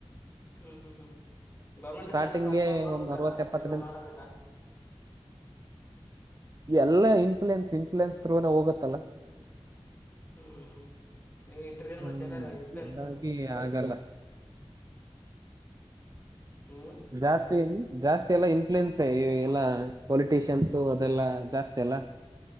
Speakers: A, on the left; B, on the right.
A: ಹ್ಮ್ ಹ್ಮ್ ಹ್ಮ್ ಗೌರ್ಮೆಂಟ್ತ್ತ
B: ಸ್ಟಾರ್ಟಿಂಗ್ಗೆ
A: ಎಲ್ಲ ಕಾರ್ಪಲ್ ಮಾಡ್ಬೇಕಲ್ಲ
B: ಒಂದ್ ಅರವತ್ ಎಪ್ಪತ್ತರಿಂದ
A: ಇಲ್ಲೆಲ್ಲಾ ಮಾಡದಿಲ್ಲ
B: ಎಲ್ಲ ಇನ್ಫ್ಲಯೆನ್ಸ್ ಇನ್ಫ್ಲೂಯೆನ್ಸ್ ಥ್ರೂನ ಹೋಗತ್ತಲ್ಲ
A: ಹ್ಮ್ ನೀವು ಇಟ್ರೇನ್
B: ಹ್ಮ್
A: ಮತ್ತೆ ಎಲ್ಲಾರ ಇನ್ಫ್ಲೂಯೆನ್ಸ್
B: ಹಾಗಾಗಿ ಆಗಲ್ಲ <unintelligible> <inaudible>
A: ಹ್ಮ್
B: ಜಾಸ್ತಿನ್ ಜಾಸ್ತಿ ಎಲ್ಲಾ ಇನ್ಫ್ಲೂಯೆನ್ಸ್ ಎಲ್ಲಾ ಪೊಲಿಟಿಷಿಯನ್ಸು ಅದೆಲ್ಲಾ ಜಾಸ್ತಿ ಅಲ್ಲ